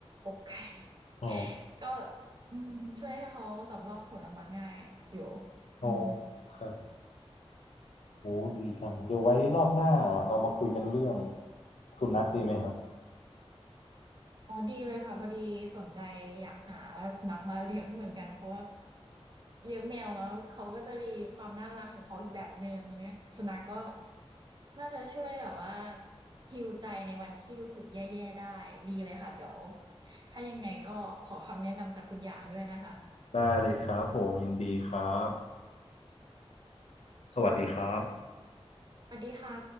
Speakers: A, on the right; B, on the left.
A: อกไก่ <laughs>
B: อ๋อ
A: ก็อืมช่วยให้เขาสำรอกขนออกมาง่ายอยู่
B: อ๋อ
A: อืม
B: ครับโอ้ดีจังเดี๋ยวไว้รอบหน้าเรามาคุยกันเรื่องสุนัขดีไหมครับ
A: อ๋อดีเลยค่ะพอดีสนใจอยากหาสุนัขมาเลี้ยงเหมือนกัน เพราะว่าเลี้ยงแมวแล้วเขาก็จะมีความน่ารักของเขาอีกแบบหนึ่งเลี้ยงสุนัขก็น่าจะช่วยแบบว่าฮีลใจในวันที่รู้สึกแย่ๆได้ดีเลยค่ะเดี๋ยวถ้ายังไงก็ขอคำแนะนำจากคุณอย่างด้วยนะคะ
B: ได้เลยครับผมยินดีครับสวัสดีครับ
A: สวัสดีค่ะ